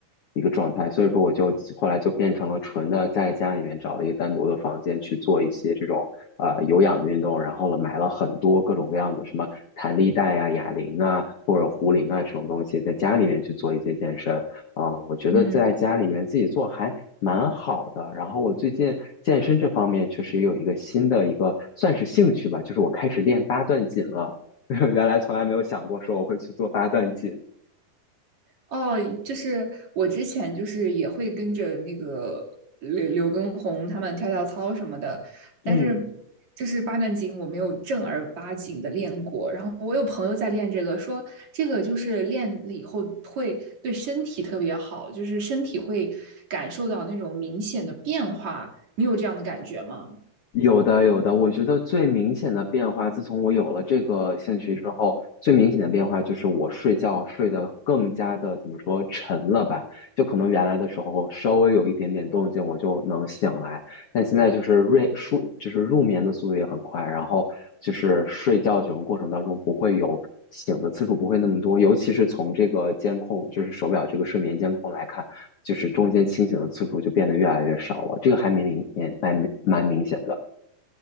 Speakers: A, on the left (about 75°); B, on the right (about 55°).
A: 一个状态，所以说我就后来就变成了纯的在家里面找了一个单独的房间去做一些这种呃有氧的运动，然后呢买了很多各种各样的什么。弹力带啊、哑铃啊或者壶铃啊这种东西，在家里面去做一些健身。啊、呃我觉得在家里面自己做还蛮好的。
B: 嗯
A: 然后我最近健身这方面确实也有一个新的一个算是兴趣吧，就是我开始练八段锦了。<laughs> 原来从来没有想过说我会去做八段锦。
B: 哦，就是我之前就是也会跟着那个刘刘畊宏他们跳跳操什么的，但是就是八段锦我没有正儿八经的练过。
A: 嗯。
B: 然后我有朋友在练这个，说这个就是练了以后会对身体特别好，就是身体会感受到那种明显的变化。你有这样的感觉吗？
A: 有的，有的。我觉得最明显的变化，自从我有了这个兴趣之后，最明显的变化就是我睡觉睡得更加的怎么说沉了吧？就可能原来的时候稍微有一点点动静我就能醒来，但现在就是入熟就是入眠的速度也很快，然后就是睡觉这种过程当中不会有醒的次数不会那么多，尤其是从这个监控就是手表这个睡眠监控来看，就是中间清醒的次数就变得越来越少了，这个还蛮明也蛮蛮明显的。